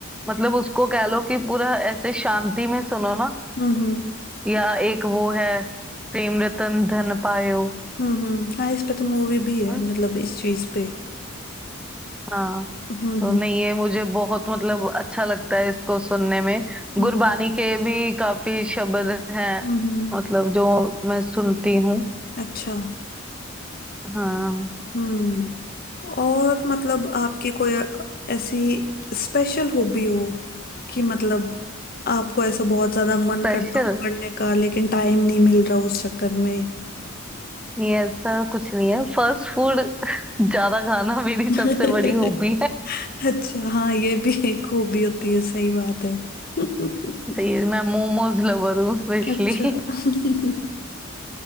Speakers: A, in the centre; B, on the left (about 45°).
A: मतलब उसको कह लो कि पूरा ऐसे शांति में सुनो ना
B: हम्म
A: या एक वो है प्रेम रतन धन पायो
B: हम्म हम्म हाँ इस पे तो मूवी भी है
A: ना?
B: मतलब इस चीज पे
A: हाँ
B: हम्म
A: तो
B: हम्म
A: नहीं ये मुझे बहुत मतलब अच्छा लगता है इसको सुनने में
B: हम्म
A: गुरबानी के भी काफी शब्द हैं
B: हम्म, हम्म।
A: मतलब जो मैं सुनती हूँ
B: अच्छा
A: हाँ
B: हम्म और मतलब आपकी कोई ऐसी स्पेशल हॉबी हो कि मतलब आपको ऐसा बहुत ज्यादा मन
A: स्पेशल
B: करता हो करने का लेकिन टाइम नहीं मिल रहा उस चक्कर में
A: नहीं ऐसा कुछ नहीं है फास्ट फूड <laughs> ज्यादा खाना मेरी
B: <laughs>
A: सबसे बड़ी हॉबी है
B: अच्छा हाँ ये भी एक खूबी होती है सही बात है <laughs>
A: सही है, मैं मोमोज लवर हूँ स्पेशली
B: अच्छा <laughs>